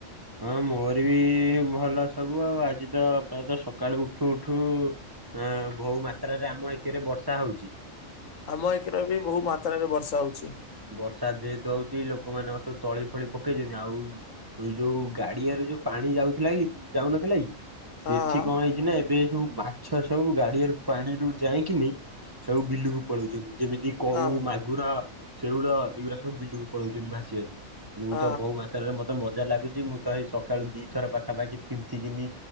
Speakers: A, on the right; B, on the left.
A: ହଁ ମୋର ବି ଭଲ ସବୁ ଆଉ ଆଜି ତ ପ୍ରାୟତଃ ସକାଳୁ ଉଠୁ ଉଠୁ ଅ ଭଉ ମାତ୍ରାରେ ଆମ ଏକେରେ ବର୍ଷା ହଉଚି।
B: ଆମ ଏକେରେ ବି ବହୁ ମାତ୍ରାରେ ବର୍ଷା ହଉଛି।
A: ବର୍ଷା ଯେହେତୁ ହଉଛି ଲୋକ ମାନଙ୍କ ସବୁ ତଳି ଫଣି ପକେଇଛନ୍ତି ଆଉ ଯୋଉ ଗାଡିଆରେ ଯୋଉ ପାଣି ଯାଉଥିଲା କି ଯାଉନଥିଲା କି?
B: ହଁ
A: ସେଠି
B: ହଁ
A: କଣ ହେଇଛି ନାଁ ଏ ଏବେ ସବୁ ମାଛ ସବୁ ଗାଡିଆରୁ ପାଣିରୁୁ ଯାଇକିନି ସବୁ ବିଲୁକୁ ପଳଉଛନ୍ତି ଯେମିତି କଉ
B: ହଁ
A: ମାଗୁର ସେଉଳ ଏଇଗୁରା ସବୁ ବିଲୁକୁ ପଳଉଛନ୍ତି ଭାସି ଭାସିକି ମୁଁ
B: ହଁ
A: ତ ବହୁ ମା ତ୍ରାରେ ମତେ ମଜା ଲାଗୁଛି ମୁଁ ତ ଏଇ ସକାଳୁ ଦିଥର ପାଖାପାଖି ତିନ୍ତିକିନି